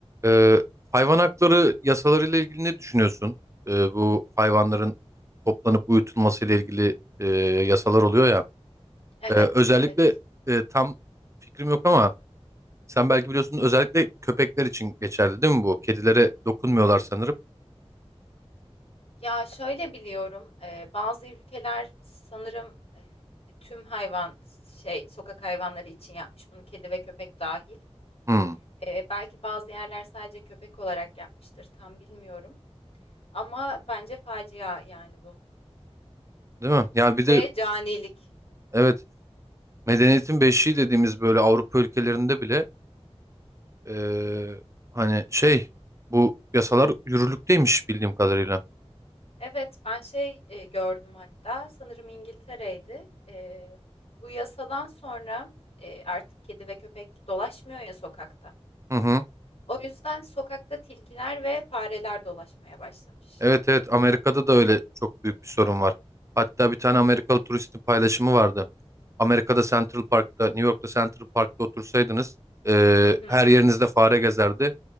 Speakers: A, on the right; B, on the left.
A: Ee, hayvan hakları yasalarıyla ilgili ne düşünüyorsun? Ee, bu hayvanların toplanıp uyutulması ile ilgili e, yasalar oluyor ya.
B: Evet,
A: Ee, özellikle
B: evet.
A: e, tam fikrim yok ama sen belki biliyorsun özellikle köpekler için geçerli değil mi bu? Kedilere dokunmuyorlar sanırım.
B: Ya şöyle biliyorum, e, bazı ülkeler sanırım e, tüm hayvan şey sokak hayvanları için yapmış bunu kedi ve köpek dahil.
A: Hmm,
B: E, belki bazı yerler sadece köpek olarak yapmıştır, tam bilmiyorum. Ama bence facia yani bu.
A: değil mi? Ya bir de
B: Ve canilik.
A: evet medeniyetin beşiği dediğimiz böyle Avrupa ülkelerinde bile e, hani şey bu yasalar yürürlükteymiş bildiğim kadarıyla.
B: Evet, ben şey e, gördüm hatta sanırım İngiltere'ydi. E, bu yasadan sonra e, artık kedi ve köpek dolaşmıyor ya sokakta.
A: Hı hı.
B: O yüzden sokakta tilkiler ve fareler dolaşmaya başlamış.
A: Evet evet Amerika'da da öyle çok büyük bir sorun var. Hatta bir tane Amerikalı turistin paylaşımı vardı. Amerika'da Central Park'ta, New York'ta Central Park'ta otursaydınız e,
B: Hı hı.
A: her yerinizde fare gezerdi.